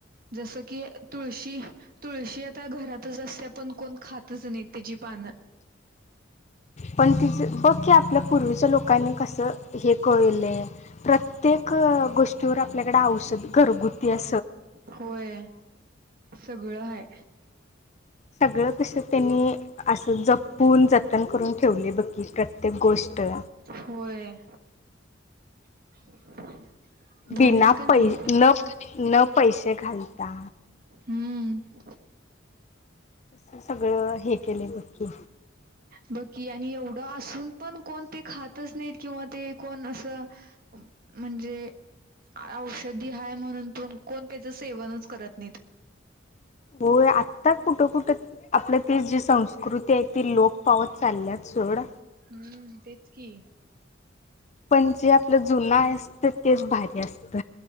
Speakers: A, on the right; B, on the left.
A: जस की तुळशी, तुळशी आता घरातच असते आपण कोण खात तसं नाही त्याची पान
B: पण तिचं बघ की आपल्या पूर्वीच्या लोकांनी कसं हे कळलं प्रत्येक गोष्टीवर आपल्याकडे औषध घरगुती अस
A: होय सगळं हाय
B: सगळं कस त्यांनी असं जपून जतन करून ठेवले बघ की प्रत्येक गोष्ट ट
A: होय <unintelligible> भारीच
B: बिना
A: का नाही
B: पै न न पैसे घालता
A: हम्म
B: अस सगळं हे केले बघ की
A: बग की आणि एवढं असून पण कोण ते खातच नाहीत किंवा ते कोण असं म्हणजे औषधी आहे, म्हणून कोण त्याच सेवनच करत नाहीत.
B: हो आ आता कुठं कुठ आपल्या त जी संस्कृती आहे ती लोक पावत चालल्या सोड
A: हम्म तेच कि
B: पण जे आपलं जुना आहे असत तेच भारी असत,